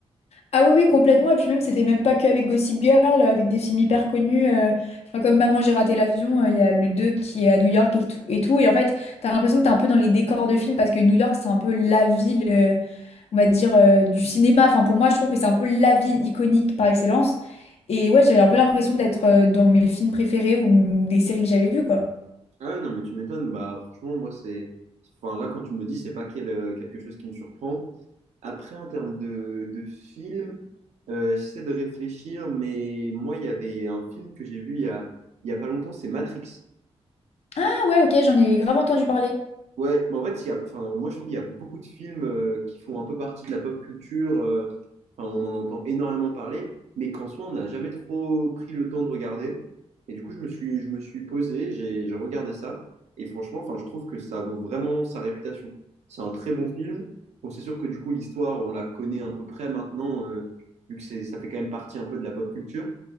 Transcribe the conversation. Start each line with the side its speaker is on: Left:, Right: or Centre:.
Left: Ah oui, oui, complètement. Et puis même, c'était même pas qu'avec Gossip Girl, euh, avec des films hyper connus, euh, enfin, comme Maman, j'ai raté l'avion, euh, il y a le 2 qui est à New York et tout. Et, tout. Et en fait, t'as l'impression que t'es un peu dans les décors de films parce que New York, c'est un peu la ville, euh, on va dire, euh, du cinéma. Enfin, pour moi, je trouve que c'est un peu la ville iconique par excellence. Et ouais, j'avais un peu l'impression d'être euh, dans mes films préférés ou des séries que j'avais vues, quoi.
Right: Ah ouais, non, mais tu m'étonnes. Bah, franchement, moi, c'est. Enfin, là, quand tu me le dis, c'est pas quel- euh, quelque chose qui me surprend. Après, en termes de, de film, euh, j'essaie de réfléchir, mais moi, il y avait un film que j'ai vu il y a, il y a pas longtemps, c'est Matrix.
Left: Ah ouais, ok, j'en ai grave entendu parler.
Right: Ouais, mais en fait, il y a, enfin, moi je trouve qu'il y a beaucoup de films euh, qui font un peu partie de la pop culture, euh, enfin, on en entend énormément parler, mais qu'en soi, on n'a jamais trop pris le temps de regarder. Et du coup, je me suis, je me suis posé, j'ai, j'ai regardé ça, et franchement, enfin, je trouve que ça vaut vraiment sa réputation. C'est un très bon film. Bon, c'est sûr que du coup, l'histoire, on la connaît à peu près maintenant, euh, vu que c'est, ça fait quand même partie un peu de la pop culture,